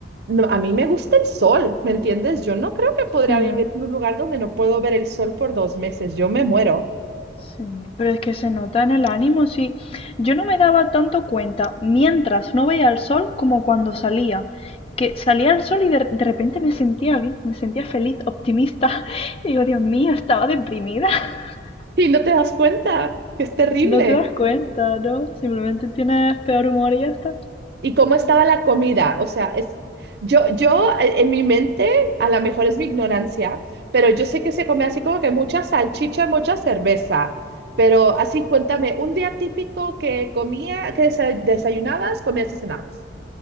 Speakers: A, on the right; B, on the left.
A: no, a mí me gusta el sol, ¿me entiendes? Yo no creo que podría
B: mm.
A: vivir en un lugar donde no puedo ver el sol por dos meses, yo me muero.
B: Sí, pero es que se nota en el ánimo, sí. Yo no me daba tanto cuenta mientras no veía el sol como cuando salía. Que salía el sol y de, de repente me sentía bien, me sentía feliz, optimista. <laughs> Y digo, Dios mío, estaba deprimida. <laughs>
A: Y no te das cuenta, que es terrible.
B: No te das cuenta, ¿no? Simplemente tienes peor humor y ya está.
A: ¿Y cómo estaba la comida? O sea, es, yo, yo eh, en mi mente, a lo mejor es mi ignorancia, pero yo sé que se come así como que mucha salchicha, mucha cerveza. Pero así, cuéntame, un día típico que comía, que desa- desayunabas, comías y cenabas.